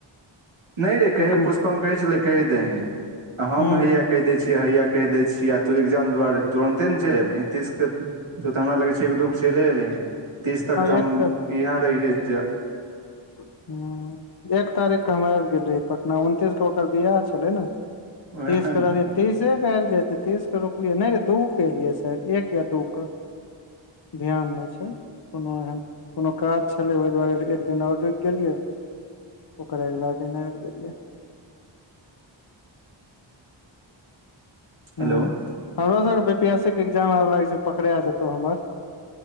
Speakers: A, on the right; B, on the left.
A: <inaudible> नै रे कहे
B: एक ह
A: पुष्पम कहै छलै कैह दहीं <inaudible> हम
B: हँ
A: हया कहि दै छियै हैया कहि दै छिय आ तू एग्जाम दुआरे तुरन्ते न चैल ऐलही तीस कऽ तू तऽ हमरा लगै छै एक दू कऽ चैल ऐलही तीस तक तऽ
B: एक
A: हम इएह रहिये
B: <unintelligible> एक तारीख कऽ हम आइब गेल रहिय पटना उनतीस कऽ ओकर बियाह छले न <inaudible>
A: वएह
B: तीस कऽ
A: ने
B: रहलै तीसे कऽ आइब जेतै तीस कऽ रुकलियै नै रे दू कऽ एलियै साइद एक या दू कऽ ध्यान नै छै कोनो एहन कोनो काज छलै ओइ दुआरे एक दिन और रुकि गेलियै ओकर अगिला दिन आइब गेलियै हु
A: हेलो
B: हमरो सब कऽ बी पी एस सी कऽ एग्जाम आब लागै छै पकड़ा जेतौ हमर